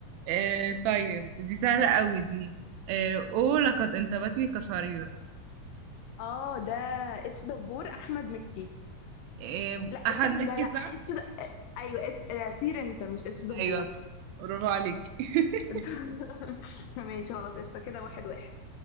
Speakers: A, on the right; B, on the left.
A: آه طيب دي سهلة قوي دي آه أوه لقد انتابتني كشريرة
B: اه ده اتش دبور احمد مكي
A: آه
B: لا استني
A: أحمد مكي
B: لا لا
A: صح؟
B: اتش د... ايوه اتش آه، طير انت مش اتش دبور
A: أيوه صح برافو عليك <laughs>
B: <laughs> ماشي خلاص قشطه كده واحد واحد